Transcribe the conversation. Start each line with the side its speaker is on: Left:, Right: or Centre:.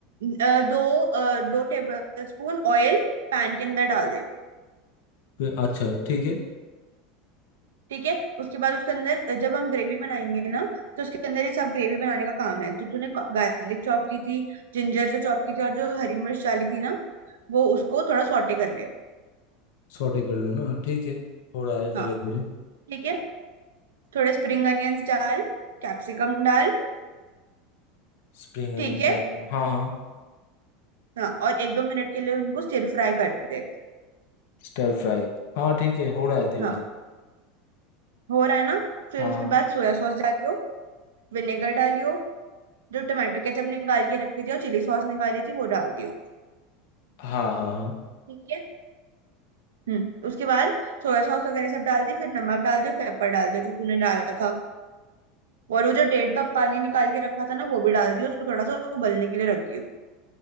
Right: अ, दो अ, दो टेबल स्पून ऑयल पैन के अंदर डाल दे
Left: फिर अच्छा ठीक है
Right: ठीक है उसके बाद उसके अंदर अ, जब हम ग्रेवी बनाएंगे ना तो उसके अंदर ये सब ग्रेवी बनाने का काम है तो तूने गार्लिक चॉप की थी जिंजर जो चॉप की थी और जो हरी मिर्च डाली थी ना वो उसको थोड़ा सॉटे कर ले
Left: सॉटे कर लो ना ठीक है हो रहा है धीरे
Right: हाँ
Left: धीरे
Right: ठीक है थोड़े स्प्रिंग अनियंस डाल कैप्सिकम डाल
Left: स्प्रिंग
Right: ठीक
Left: अनियन
Right: है
Left: कैप्सिकम हाँ हाँ
Right: हाँ और एक दो मिनट के लिए उनको स्टिर फ्राई कर दे
Left: स्टर फ्राई हाँ ठीक है हो रहा है धीरे
Right: हाँ
Left: धीरे
Right: हो रहा है ना फिर
Left: हाँ
Right: उसके
Left: हाँ
Right: बाद सोया सॉस डालियो विनेगर डालियो जो टमाटो केचप निकाल के रखी थी और चिली सॉस निकाली थी वो डाल दियो
Left: हाँ हाँ हाँ
Right: ठीक है हम्म उसके बाद सोया सॉस वगैरह सब डाल दी फिर नमक डाल दिया पेपर डाल दिया जो तूने डाला था और वो जो डेढ़ कप पानी निकाल के रखा था ना वो भी डाल दियो उसको थोड़ा सा उबलने के लिए रख दियो